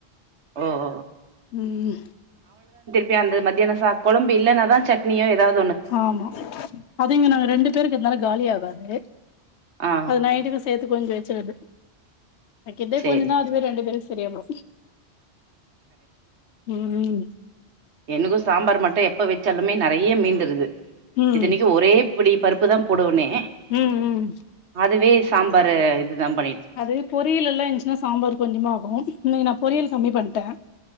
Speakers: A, on the right (about 75°); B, on the left (about 80°).
A: ஓ ஓ
B: ம்
A: பியா அந்த மத்தியானம் ச கொழம்பு இல்லன்னா தான் சட்னியோ எதாவது
B: ஆமா அது இங்க நாங்க ரெண்டு பேரு இருக்கிதுனால காலி ஆகாது
A: ஆ
B: அது நைட்டுக்கு சேத்து கொஞ்ச வச்சறது வக்கிதே
A: சேரி
B: கொஞ்ச தான்
A: சேரி
B: அதுவே ரெண்டு பேருக்கு தெரியாம ம் ம் ம்
A: எனக்கும் சாம்பார் மட்டும் எப்ப வச்சாலுமே நறையா மீந்துருது
B: ம்
A: இத்தனிக்கும் ஒரே இப்படி பருப்பு தான் போடுவனே
B: ம் ம்
A: அதுவே சாம்பாரு இதுதான்
B: அது பொரியல் எல்லாம் இருந்துச்சின்னா சாம்பாரு கொஞ்சமா ஆகும் இன்னிக்கு நா பொறியல் கம்மி பண்ட்டேன்